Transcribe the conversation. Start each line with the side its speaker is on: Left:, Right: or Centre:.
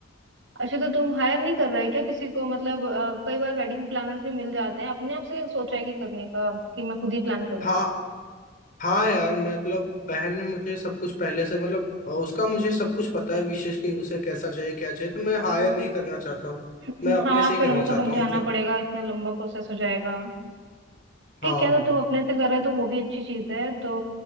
Right: अच्छा तो तुम हायर नहीं कर रहे क्या किसी को मतलब अ, कई बार वेडिंग प्लानर्स भी मिल जाते हैं अपने आप से सोचा है कि करने का कि मैं खुद ही प्लान करूँ
Left: हाँ हाँ यार मतलब बहन ने मुझे सब कुछ पहले से मतलब उसका मुझे सब कुछ पता है विशेष कि उसे कैसा चाहिए क्या चाहिए तो मैं
Right: ओ
Left: हायर नहीं करना चाहता हूँ
Right: <clears throat>
Left: मैं अपने
Right: हाँ
Left: से ही
Right: फिर
Left: करना
Right: उनको
Left: चाहता
Right: समझाना
Left: हूँ मतलब
Right: पड़ेगा इतना लंबा प्रोसेस हो जाएगा ठीक
Left: हाँ
Right: है तो तू अपने से कर रहा है तो वो भी अच्छी चीज है तो